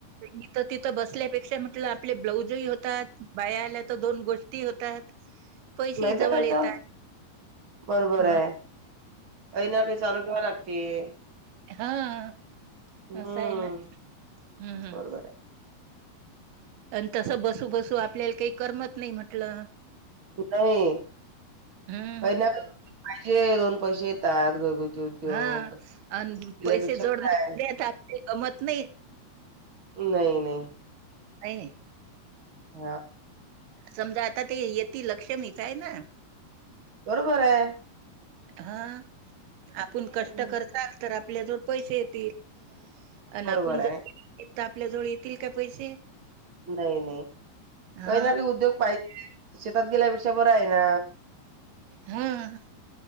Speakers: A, on the right; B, on the right.
A: मी तर तिथं बसल्यापेक्षा म्हटलं आपले ब्लाउजही होत बाया आल्या तर दोन गोष्टी होतात पैसेही
B: माहित
A: जवळ
B: कायच
A: येतात.
B: बरोबर
A: हं,
B: आहे काही ना काही चालू ठेवा लागतेय
A: हा
B: हम्म
A: सय ना हम्म हम्म
B: बरोबर आहे
A: आणि तस बसू बसू आपल्याला काही करमत नाही म्हटलं
B: नाही
A: हं,
B: काही ना काही पाहिजे दोन पैसे येतात घरगुती उद्योग
A: हा आणि
B: केल्यापेक्षा
A: पैसे जोडन
B: काय
A: दताही गमत नाही
B: नाही नाही
A: नाही
B: ह
A: समजा आता ते येतील लक्ष्मी च हाय ना,
B: बरोबर आहे.
A: हा आपण कष्ट
B: हं,
A: करसाल, तर आपल्या जवळ पैसे येतील. आणि
B: बरोबर
A: आपण
B: आहे
A: जर <unintelligible> आपल्या जवळ येतील काय पैसे,
B: नाही नाही
A: हां,
B: काही ना काही उद्योग पाहिजेचं, शेत तात गेल्यापेक्षा बर आहे ना,
A: हां.